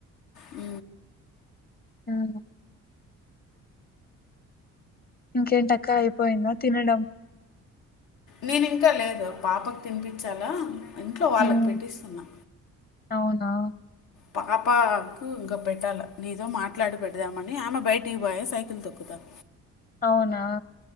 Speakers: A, on the left; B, on the left.
A: ఊ
B: అవును ఇంకేంటక్క అయిపోయింద తినడం
A: నేను ఇంకా లేదు పాపకు తినిపించాలా ఇంట్లో వాళ్ళకు
B: హ్మ్.
A: పెట్టిస్తున్నా
B: అవునా
A: పాపకు ఇంకా పెట్టాలి నీతో మాట్లాడి పెడదామని ఆమె బయటికి పోయే సైకిల్ తొక్కుతాం
B: అవునా